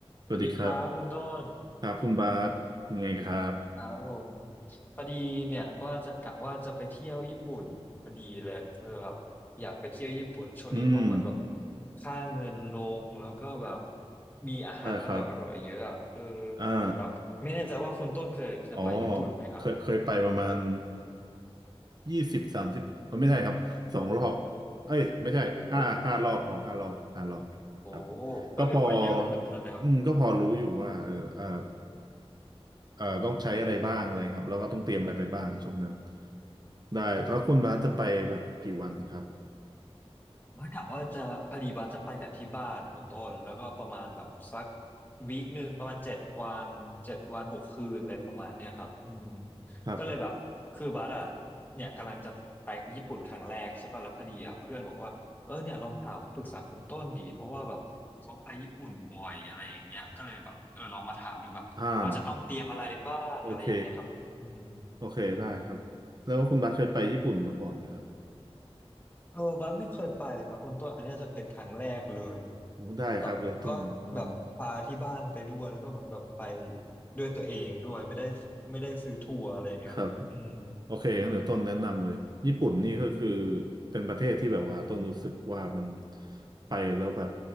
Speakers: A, on the right; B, on the left.
A: สวัสดีครับ
B: สวัสดีครับคุณต้น
A: ครับคุณบาสยังไงครับ
B: ครับผมพอดีเนี่ยว่าจะกะว่าจะไปเที่ยวญี่ปุ่นพอดีเลยเออแบบอยากไปเที่ยวญี่ปุ่นช่วงนี้เพราะเหมือนแบบ
A: อืม
B: ค่าเงินลงแล้วก็แบบมีอาหารอร่อยอร่อยเยอะอะเออ
A: ได้ครับอ่า
B: แบบไม่แน่ใจว่าคุณต้นเคยเคยไปญี่ปุ่นไหมครับ
A: อ๋อเคยเคยไปประมาณยี่สิบสามสิบไม่ใช่ครับสองรอบเอ้ยไม่ใช่ห้าห้ารอบพอห้ารอบห้ารอบครับ
B: โอ้โหโอ้โหก็ถือว่าเยอะเหมือนกันนะครับ
A: ก็พออืมก็พอรู้อยู่ว่าเออเออเออต้องใช้อะไรบ้างอะไรครับแล้วก็ต้องเตรียมอะไรไปบ้างช่วงนั้นได้แล้วคุณบาสจะไปแบบกี่วันครับ
B: บ้ากะว่าจะพอดีบ่าจะไปกับที่บ้านคุณต้นแล้วก็ประมาณแบบสักวีคหนึ่งประมาณเจ็ดวันเจ็ดวันหกคืนอะไรประมาณเนี้ยครับอืม
A: ครับ
B: ก็เลยแบบคือบัสอ่ะเนี่ยกำลังจะไปญี่ปุ่นครั้งแรกใช่ปะแล้วพอดีอ่ะเพื่อนบอกว่าเออเนี่ยลองถามปรึกษาคุณต้นดีเพราะว่าแบบเขาไปญี่ปุ่นบ่อยอะไรอย่างเงี้ยก็เลยแบบเออลองมาถามดูแบบว่าจะต้องเตรียมอะไรบ้างอะไรอย่างเงี้ยครับอืม
A: อ่าโอเค โอเคได้ครับแล้วคุณบัสเคยไปญี่ปุ่นมาก่อนไหมครับ
B: เออบันไม่เคยไปเลยครับคุณต้นอันเนี้ยจะเป็นครั้งแรกเลย
A: โอ้ได้ครับเดี๋ยวต้นเอิ่ม
B: แบบก็แบบพาที่บ้านไปด้วยแล้วก็เหมือนแบบไปด้วยตัวเองด้วยไม่ได้ไม่ได้ซื้อทัวร์อะไรอย่างเงี้ยครับอืม
A: ครับโอเคงั้นเดี๋ยวต้นแนะนำเลยญี่ปุ่นนี่ก็คือเป็นประเทศที่แบบว่าต้นรู้สึกว่ามันไปแล้วแบบ